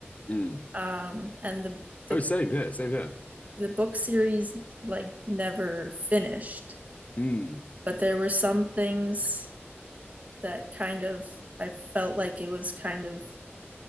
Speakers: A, on the left; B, on the right.
A: Mm.
B: Um, and the the
A: Oh, same here, same here.
B: the book series like never finished,
A: Mm.
B: but there were some things that kind of I felt like it was kind of